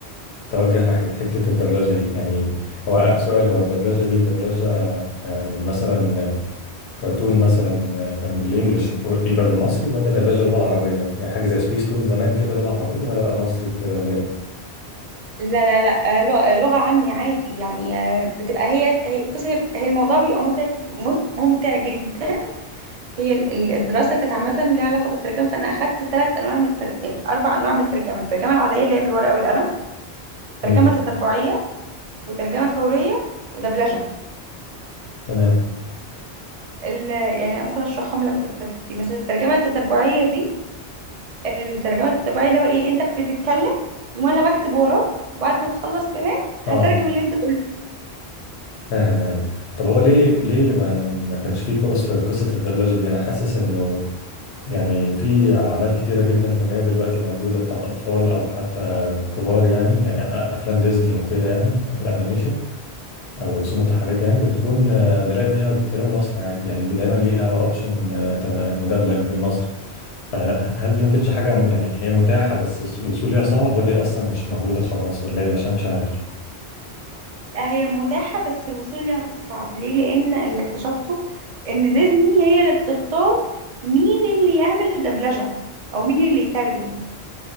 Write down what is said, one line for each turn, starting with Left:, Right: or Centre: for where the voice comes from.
Left: توجه ناحية حتة الدبلجة دي يعني هو سؤال هو الدبلجة دي دبلجة آه، من مثلا كرتون مثلا آه، بالإنجلش يبقى بالمصري ولا دبلجة لغة عربية يعني حاجة زي سبيس تون زمان كده لغة عربية ولا بقى مصري وكده ولا إيه؟
Right: لا لا لا آه، لغ- آه، لغة عامي عادي يعني آه، بتبقى هي هي- بص هي بت- هي الموضوع بيبقى متعب مت- ممتع جدا هي ال- ال- الدراسة كانت عامة ليها علاقة بالترجمة فأنا أخدت ثلاث أنواع من التر... آه، أربع أنواع من الترجمة الترجمة العادية اللي هي بالورقة والقلم
Left: مم.
Right: ترجمة تتبعية وترجمة فورية ودبلجة
Left: تمام
Right: ال... يعني أنا ممكن أشرحهم لك بالترتيب مثلا الترجمة التتبعية دي الترجمة التتبعية اللي هو إيه أنت بتتكلم وأنا بكتب وراك وبعد ما تخلص كلام
Left: اه
Right: هترجم اللي أنت
Left: فاهم أيوة طب هو ليه ليه ما ما كانش فيه فرص في قصة الدبلجة دي أنا حاسس إنه يعني في أعمال كتيرة جدا فنية دلوقتي موجودة بتاعت أطفال أو حتى كبار يعني يعني أفلام ديزني وكده يعني الأنيميشن او رسوم متحركه يعني بتكون آه، بلاقي فيها بيتكلموا مصري عادي يعني دايما ليها اوبشن مدبلج بالمصري فهل دي ما كانتش حاجه يعني هي متاحه بس الوصول ليها صعب ولا هي اصلا مش موجوده خلاص ولا ايه عشان مش عارف
Right: لا هي متاحة بس الوصول ليها صعب ليه لأن اللي اكتشفته إن ديزني هي اللي بتختار مين اللي يعمل دبلجة أو مين اللي يترجم